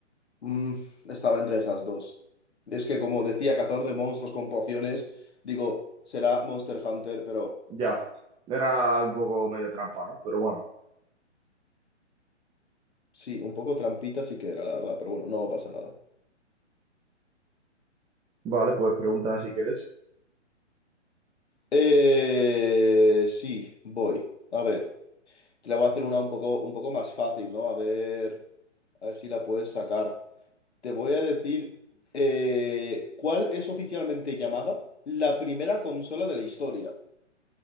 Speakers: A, on the left; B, on the right.
A: Mm, estaba entre esas dos. Es que como decía, cazador de monstruos con pociones, digo, será Monster Hunter, pero
B: ya.
A: no.
B: Era un poco medio trampa, ¿no? Pero bueno.
A: Sí, un poco trampita sí que era, la verdad, pero bueno, no pasa nada.
B: Vale, pues pregúntame si quieres.
A: Eh, sí, voy. A ver, te la voy a hacer una un poco, un poco más fácil, ¿no? A ver, a ver si la puedes sacar. Te voy a decir, eh, ¿cuál es oficialmente llamada la primera consola de la historia?